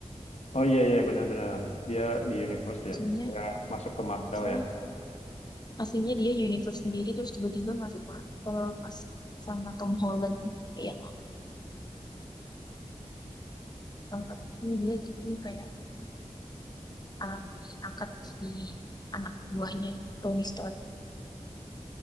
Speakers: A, on the left; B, on the left.
A: Oh iya, iya benar-benar. Dia di universe ya,
B: Aslinya,
A: nggak masuk ke Marvel
B: aslinya,
A: ya.
B: aslinya dia universe sendiri, terus tiba-tiba masuk Marvel pas sama Tom Holland. Iya, Tom Holland dia jadi kayak ah, diangkat di anak buahnya Tony Stark.